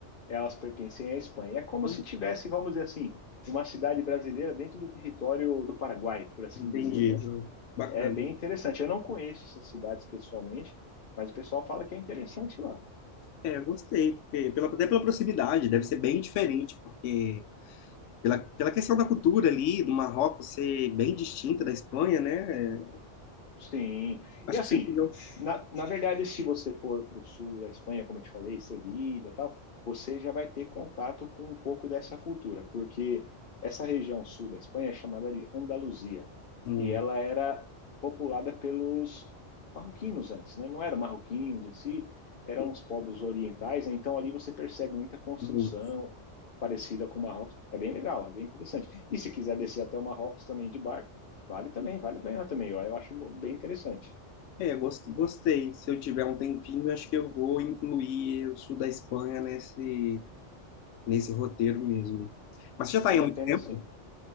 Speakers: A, on the left; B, on the left.
A: elas pertencem à Espanha. É como
B: Olha,
A: se tivesse, vamos dizer assim, uma cidade brasileira dentro do território do Paraguai, por assim
B: entendi.
A: dizer, né?
B: Hum, Bacana.
A: É bem interessante. Eu não conheço essas cidades pessoalmente, mas o pessoal fala que é interessante lá.
B: É, eu gostei, porque pela, até pela proximidade, deve ser bem diferente, porque pela, pela questão da cultura ali, do Marrocos ser bem distinta da Espanha, né? É,
A: Sim.
B: acho
A: E assim,
B: que se eu tiver um,
A: na, na verdade, se você for para o sul da Espanha, como eu te falei, Sevilha e tal, você já vai ter contato com um pouco dessa cultura, porque essa região sul da Espanha é chamada de Andaluzia,
B: um-
A: e ela era populada pelos marroquinos antes, né? Não eram marroquinos em si, eram
B: um-
A: os povos orientais, né? Então ali você percebe muita construção
B: um,
A: parecida com o Marrocos. É bem legal, é bem interessante. E se quiser descer até o Marrocos também de barco Vale também, vale a pena também. Eu, eu acho bem interessante.
B: é, gost- gostei. Se eu tiver um tempinho, acho que eu vou incluir o sul da Espanha nesse, nesse roteiro mesmo. Mas você já está
A: Vale
B: aí há muito
A: a pena
B: tempo?
A: sim.